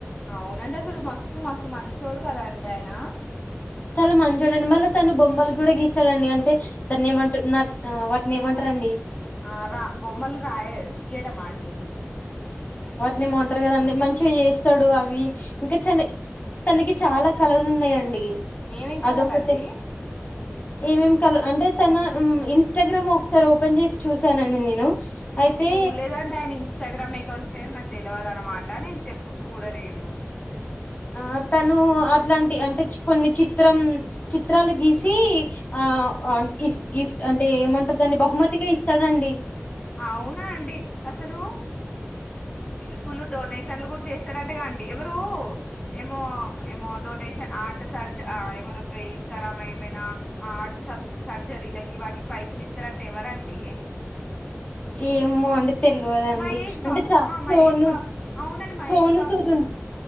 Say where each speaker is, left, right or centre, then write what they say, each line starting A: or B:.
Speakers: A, on the left; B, on the left.
A: అవునండి అసలు మస్సు మస్ మంచోడు కదా అండి ఆయన
B: చాలా మంచోడండి. మళ్ళా తను బొమ్మలు కూడా గీస్తాడండి. అంటే దాన్ని ఏమంటరు. వాటిని ఏమంటారు. రండి
A: ఆ రా బొమ్మలు రాయ గీయడమా అండి.
B: నేమ ఉంటరు కదండి
A: ఉహు.
B: మంచిగా చేస్తడు అవి ఇంకా చన తనకి చాలా కళలు ఉన్నాయండి.
A: ఏమేం కలలండి
B: అదొకటే ఏమేం కల అంటే తన ఇన్స్టాగ్రామ్ ఒకసారి ఓపెన్ చేసి చూసానండి నేను. అయితే
A: చూడలేదంటే ఆయన ఇస్ ఇన్స్టాగ్రామ్ అకౌంట్ పేరు నాకు తెల్వదన్నమాట. నేను ఎప్పుడు చూడలేదు.
B: ఆ తను అట్లాంటి అంటే కొన్ని చిత్రం చిత్రాలు గీసి అ ఆ ఇస్ గిస్ గిఫ్ట్ అంటే ఏమంటరు దాన్ని బహుమతిగా ఇస్తాడండి.
A: అవునా అండి అసలు ఫుల్ డొనేషన్లు కూడా చేస్తాడంటగా అండి ఎవరు ఏమో ఏమో డ డొషన్ ఆర్ట్ సర్ ఏమైనా బ్రెయిన్ ఖరాబ్ ఏమైనా ఆర్ట్ స సర్జరీలకి వాటి వాటికి పైసలు ఇత్తారంటే ఎవరండి
B: ఏమోండి తెలివదండి
A: మహేష్
B: అంటే
A: బాబు
B: చ
A: ఆ
B: సోను
A: మహేష్ బాబు అవునండి మహేష్
B: సోను
A: బాబు
B: సుదుం